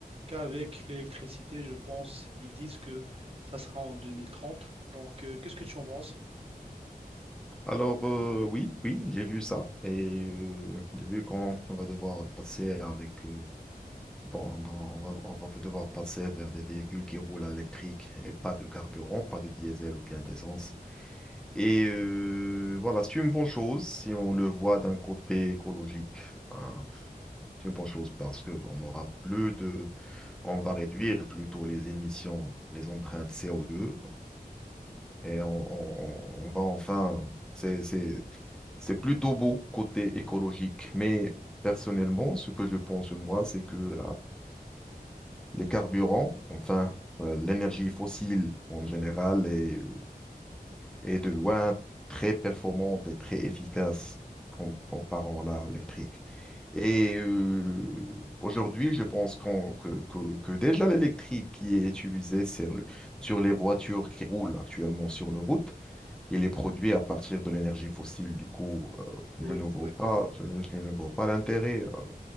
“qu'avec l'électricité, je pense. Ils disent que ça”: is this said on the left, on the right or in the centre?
Right